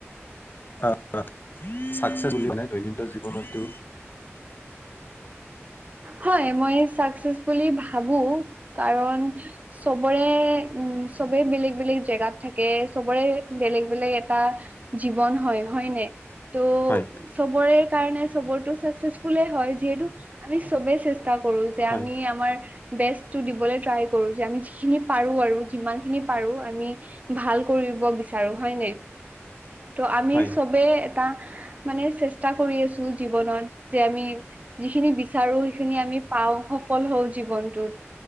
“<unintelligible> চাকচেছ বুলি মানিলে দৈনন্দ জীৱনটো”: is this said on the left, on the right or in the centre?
Left